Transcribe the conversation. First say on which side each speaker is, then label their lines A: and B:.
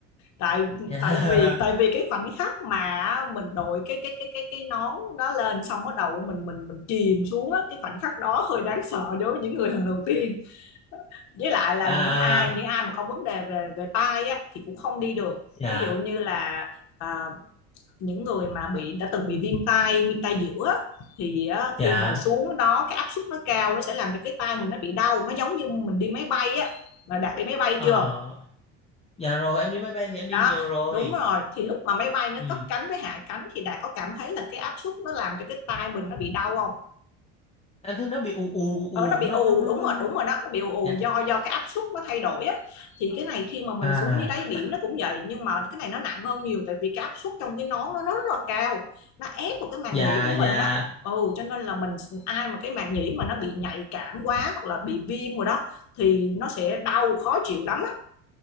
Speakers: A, on the left (about 55°); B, on the left (about 20°).
A: tại
B: <laughs>
A: tại vì tại vì cái khoảnh khắc mà mình đội cái cái cái cái cái nón đó lên xong bắt đầu mình mình mình chìm xuống á cái khoảnh khắc đó hơi đáng sợ đối với những người lần đầu tiên với lại là
B: à,
A: những ai những ai mà có vấn đề về về tai á thì cũng không đi được
B: dạ.
A: ví dụ như là à, những người mà bị đã từng bị viêm tai viêm tai giữa á, thì á,
B: Dạ,
A: khi mà xuống đó cái áp suất nó cao nó sẽ làm cho cái tai mình nó bị đau nó giống như mình đi máy bay á mà đặt đi máy bay
B: ờ,
A: chưa
B: dạ rồi em đi máy bay thì em đi
A: đó
B: nhiều rồi.
A: đúng rồi thì lúc mà máy bay nó
B: Ừ.
A: cất cánh với hạ cánh thì đã có cảm thấy là cái áp suất nó làm cho cái tai mình nó bị đau không
B: Em thấy nó bị ù ù ù
A: ở nó
B: ù
A: bị
B: nó
A: ù
B: nó nó
A: đúng
B: nó.
A: rồi
B: nó.
A: đúng rồi đó nó bị ù
B: Dạ.
A: do do cái áp suất nó thay đổi á thì cái này khi mà mình
B: À,
A: xuống dưới đáy biển nó cũng vậy nhưng mà cái này nó nặng hơn nhiều tại vì cái áp suất trong cái nón nó nó rất là cao nó ép vào cái màng
B: dạ
A: nhĩ của mình
B: dạ
A: á ừ cho nên là mình ai mà cái màng nhĩ mà nó bị nhạy cảm quá hoặc là bị viêm rồi đó thì nó sẽ đau khó chịu lắm á